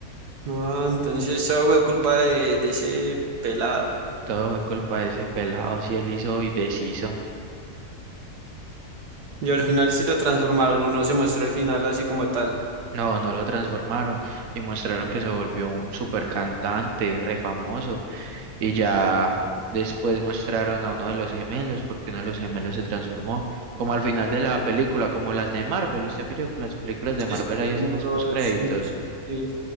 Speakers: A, on the right; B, on the right.
A: Ah, entonces eso fue culpa de, de ese pelado.
B: todo fue culpa de ese pelado, si él hizo y deshizo.
A: Y al final sí lo transformaron, o no se muestra el final así como tal.
B: No, no lo transformaron y mostraron que se volvió un super cantante, re famoso Y ya después mostraron a uno de los gemelos, porque uno de los gemelos se transformó, como al final de la película, como las de Marvel. Usted pilló que las películas
A: Sí,
B: de Marvel
A: sí, sí,
B: hay
A: como
B: escenas
A: los...
B: postcréditos.
A: los- sí.